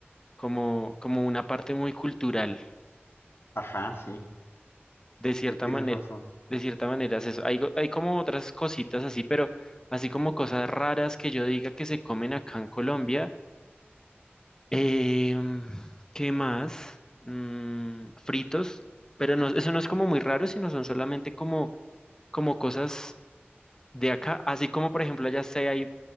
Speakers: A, on the left (about 15°); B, on the left (about 70°).
A: como, como una parte muy cultural.
B: Ajá, sí,
A: de cierta
B: sí, tienes
A: manera,
B: razón.
A: de cierta manera es eso. Hay, go- hay como otras cositas así, pero así como cosas raras que yo diga que se comen acá en Colombia. Em, ¿qué más? Mm, fritos, pero no, eso no es como muy raro, sino son solamente como, como cosas de acá, así como por ejemplo allá se hay